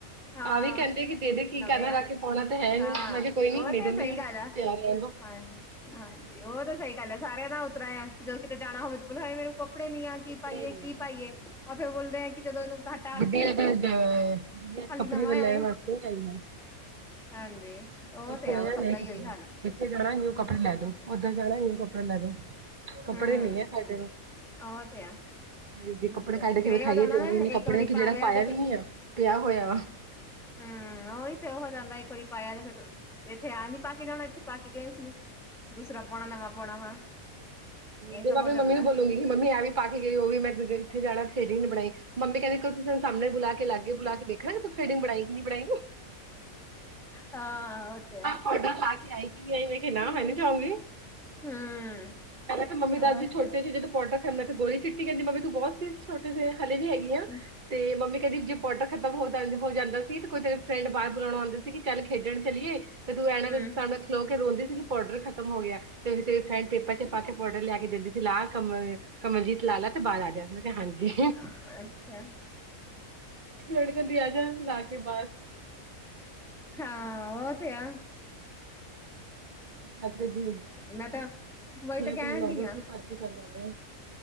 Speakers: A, in the centre; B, on the right.
A: ਹਾਂ
B: ਆਹ ਵੀ ਕਹਿੰਦੇ ਕਿ ਦੇ ਦੇ ਕੀ
A: ਨਵੇਂ
B: ਕਹਿਣਾ
A: ਆ
B: ਰੱਖ ਕੇ ਪਾਉਣਾ ਤੇ ਹੈ ਹੀ
A: ਹਾਂ
B: ਮੈਂ ਕਿਹਾ ਕੋਈ ਨੀ
A: ਉਹ ਤੇ
B: ਮ ਦੂੰਗੀ
A: ਸਹੀ
B: ਮੈਨੂੰ
A: ਗੱਲ ਆ
B: ਪਿਆਰ ਰਹਿ
A: ਹਾਂ ਹਾਂਜੀ ੋਦ ਸਹੀ ਕਾਲ ਸਾਰੇਿਆਂ ਨਾ ਉਤਰਾਇ ਜਦੋਂ ਕਿਤੇ ਜਾਣਾ ਹੋਵੇ ਤਾਂ ਬੋਲੋ ਹਏ ਮੈਨੂੰ ਕੱਪੜੇ ਨੀ ਆ ਕੀ
B: ਕੱਪੜੇ
A: ਪਾਈਏ
B: ਨੀ
A: ਕੀ
B: ਆ
A: ਪਾਈਏ ਫਿਰ ਬੋਲਦੇ ਆ ਕਿ ਜਦੋਂ ਇਹਨੂੰ ਘੱ
B: ਦੁਨੀਆਂ ਚ ਦੁਨੀਆਂ ਚ ਕੱਪੜੇ
A: ਨਵਾਂ
B: ਵ ਲੈਣ
A: ਆ ਏ
B: ਵਾਸ ਲੈ ਲਈ
A: ਹਾਂਜੀ ਉਹ
B: ਉਥੋਂ
A: ਤੇ ਆ ਉਹ ਸਭ
B: ਨ
A: ਦਾ ਹੀ
B: ਕੱਪੜੇ
A: ਉਹੀ ਹਾਲ
B: ਇੱਥੇ ਜਾਣਾ ਨਊ
A: ਹਮ
B: ਕੱਪੜੇ ਲੈ ਦੋ ਓਦਾਂ ਜਾਣਾ ਹੀ ਕੱਪੜੇ ਲੈ ਲੋ ਕੱਪੜੇ
A: ਹਮ
B: ਨੀ ਹੈ ਸਾਡੇ ਨੂੰ
A: ਉਹ ਤੇ ਆ
B: ਹਗੇ
A: ਫੇਰ
B: ਕੱਪੜੇ ਕੱਢ ਕੇ ਵਿਖਾਈਏ
A: ਇਹ ਹੋ ਜਾਂਦਾ
B: ਦਿੰਦੇਨੇ
A: ਨਾ
B: ਕੱਪੜਿਆਂ
A: ਇੱਕ ਵਾਰੀ
B: ਕਿ
A: ਪਾ
B: ਜਿਹੜਾ
A: ਲਿਆ
B: ਪਾਇਆ
A: ਤੇ
B: ਵੀ
A: ਫਿਰ
B: ਨੀ ਆ ਪਿਆ ਹੋਇਆ ਵਾ
A: ਹਮ ਉਹੀ ਤੇ ਉਹ ਜਾਂਦਾ ਇੱਕ ਵਾਰੀ ਪਾਇਆ ਤੇ ਫੇਰ ਇੱਥੇ ਆ ਨੀ ਪਾ ਕੇ ਜਾਣਾ ਉੱਥੇ ਪਾ ਕੇ ਗਏ ਸੀ ਦੂਸਰਾ ਪਾਉਣਾ ਨਵਾਂ ਪਾਉਣਾ ਵਾ ਇਹ
B: ਤੇ
A: ਸਭ
B: ਮੈਂ
A: ਹੋ
B: ਆਪਣੀ
A: ਜਾਂਦਾ
B: ਮੰਮੀ ਨੂੰ ਬੋਲੂਗੀ ਕਿ ਮੰਮੀ ਐਂ ਵੀ ਪਾ ਕੇ ਗਈ ਉਹ ਵੀ ਮੈਂੇ ਇੱਥੇ ਜਾਣਾ ਸ਼ੇਿੰਗ ਬਣਾਈ ਮੰਮੀ ਕਹਿੰਦੇੋਸੀਂ ਸਣੇ ਬੁਲਾ ਕੇ ਲਾਗੇ ਬੁਲਾ ਕੇ ਦੇਖਣਾ ਕਿ ਤੂੰ ਖਡਗ ਬਣਾਾਈਈ ਕਿ ਨਹੀਂ ਬਣਾਾਈਂਗੀ
A: ਹਾਂ ਹੋ ਤੇ
B: ਵੱਡਾ ਲਾ ਕੇ ਆਏ ਸੀ ਇਹ ਨਾ
A: ਹਮ
B: ਮੈਂ ਨੀ ਚਾਹੂੰਗੀ
A: ਹਮ
B: ਪਹਿਲਾਂ ਤਾਂ ਮੰਮੀ
A: ਉਹ
B: ਦਾਦੀ ਛੋਟੇ
A: ਤੇ
B: ਸੀ ਜਦੋਂ ਪੋਟਕ ੰਦਾ ਤੇ ਗੋਲੀ ਚਿੱਟੀ ਕਹਿੰਦੀ ਮੰਮੀ ਤੂੰ ਬਹੁਤ ਸੀ ਛੋਟੇ ਜੇ ਹਲੇ ਵੀ ਹੈਗੀ ਆ
A: ਹੂੰ,
B: ਤੇ ਮੰਮੀ ਕਹਿੰਦੀ ਜੇ ਪਟਰ ਖ਼ਤਮ ਹੋ ਜਾਂ ਹੋ ਜਾਂਦਾ ਸੀ ਤੇ ਕੋਈ ਤੇਰੇ ਫਰੈਂਡ ਬਾਹਰ ਬੁਲਾਉਣਾ ਆਉਂਦੇ ਸੀ ਕਿ ਚੱਲ ਖੇਡਣ ਚਲੀਏ ਤੇ ਤੂੰ ਇਹਨਾਂ
A: ਹੂੰ,
B: ਸਾਨੂੰ ਖਲੋ ਕੇ ਰੋਂਂਦੀ ਸੀਗੀ ਪਾੋਡਰ ਖਤਮ ਹੋ ਗਿਆ ਤੇ ਫ ਤੇਫਡ ਪੇਪਾਂ ਚ ਪਾ ਕੇ ਪੌਡਰ ਲਿਆ ਕੇ ਦਿੰਦੀ ਸੀ ਲਾ ਕਮਲ ਕਮਲਜੀਤ ਲਾਲ ਲਾ ਤੇ ਬਾਹਰ ਆ ਜਾ ਉਹਨਾਂ ਕਿਹਾ ਹਾਂਜੀ
A: ਹਾਂ ਅ ਤੇ ਹੈ
B: ਲੜ ਕੇ ਦ ਜਾ ਲਾ ਕੇ ਬਾਾਹਦ
A: ਹਾਂ ਓ ਤਿਆ
B: ਜਿੱ ਬੈਠੇ
A: ਮੈਂ ਤਾਂ ਵਹੀ ਤਾਂ ਕਹਿਣ
B: ਕੋਈ ਮਿਲਾਉਂਦਾ
A: ਡੀ
B: ਉੱਥੇ ਭੱ ਕੇ ਚੱਲ ਜਾਂਦੇ ਆ